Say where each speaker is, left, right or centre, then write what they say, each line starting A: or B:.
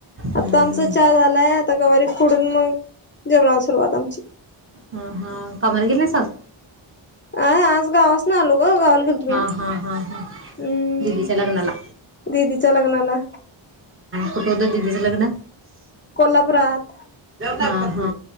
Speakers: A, on the right; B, on the left.
A: हम्म
B: आता आमचा चहा झालाय आता गवारीत खुडून मग जेवणाला सुरूवात आमची
A: ह हा कामाला गेले नाहीस आज
B: आ आज गावासन आलो हो गावल गेलतो मी
A: हा हा हा हा
B: हम्म
A: दिदीच्या लग्नाला
B: दिदीच्या लग्नाला
A: कुठ होत दिदीच लग्न
B: कोल्हापुरात
A: हा हा